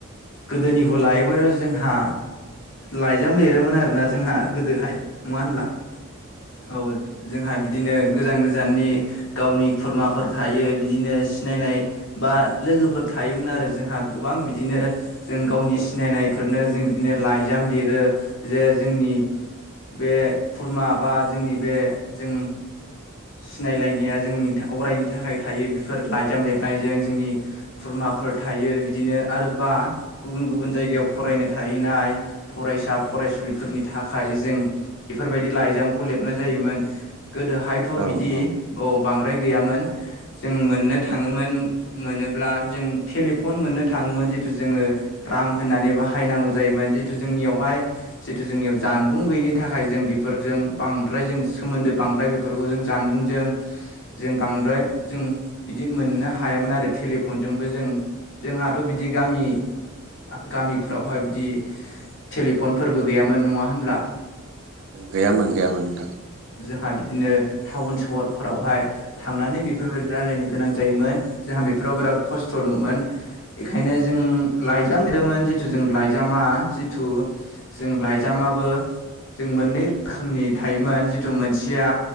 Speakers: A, on the left; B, on the right.
A: गोदोनिखौ लायोब्ला जोंहा लाइजाम लिरोमोन आरोना जोंहा गोदोहाय नङा होनब्ला? औ जोंहा बि दिनो गोजान-गोजाननि गावनि खुरमाफोर थायो बिदिनो सिनायनाय बा लोगोफोर थायोमोन आरो जोंहा गोबां बिदिनो जों गावनि सिनायनायफोरनो जों बिदिनो लाइजाम लिरो जे जोंनि बे खुरमा बा जोंनि बे जों सिनायलायनाया जोंनि अरायनि थाखाय थायो बेफोर लाइजाम लिरनायजों जोंनि खुरमाफोर थायो बिदिनो आरोबा गुबुन गुबुन जायगायाव फरायनो थाहैनाय फरायसा-फरायसुलिफोरनि थाखाय जों बेफोरबायदि लाइजामखौ लिरनाय जायोमोन। गोदोहाय थ'
B: औ
A: बिदि
B: औ
A: औ बांद्राय गैयामोन। जों मोननो थाङोमोन मोनोब्ला जों टेलिफन मोननो थाङोमोन जितु जोङो रां होननानै बाहायनांगौ जायोमोन जितु जोंनियावहाय जितु जोंनियाव जानबुं गैयिनि थाखाय जों बेफोरजों बांद्राय जों सोमोन्दो बांद्राय बे फोरखौ जों जानबुंजों जों बांद्राय जों बिदि मोननो हायामोन आरो टेलिफनजोंबो जों जोंहाथ' बिदि गामि-गामिफोरावहाय बिदि टेलिफनफोरबो गैयामोन नङा होनब्ला?
B: गैयामोन गैयामोन नोंथां।
A: <unintelligible> दिनो टाउन सहरफोरावहाय थांनानै बेफोरबायदि रायलायनो गोनां जायोमोन। जोंहा बेफोराव बिराद खस्थ' दंमोन बेखायनो जों लाइजाम लिरोमोन जिथु जों लाइजामा जिथु जों लाइजामाबो जों मोननै रोखोमनि थायोमोन जिथु मोनसेया